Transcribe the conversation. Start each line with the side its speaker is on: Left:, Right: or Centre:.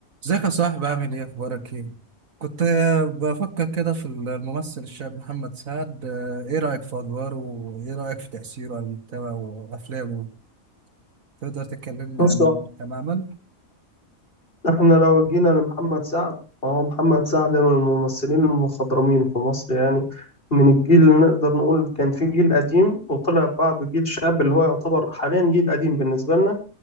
Right: ازيك يا صاحبي عامل ايه اخبارك ايه كنت آه، بفكر كده في الممثل الشاب محمد سعد آه، ايه رأيك في ادواره وايه رأيك في تأثيره على المجتمع وافلامه تقدر تكلمنا
Left: بص
Right: عن تماما
Left: احنا لو جينا لمحمد سعد فهو محمد سعد من الممثلين المخضرمين في مصر يعني من الجيل اللي نقدر نقول كان في جيل قديم وطلع بعده جيل شاب اللي هو يعتبر حاليا جيل قديم بالنسبة لنا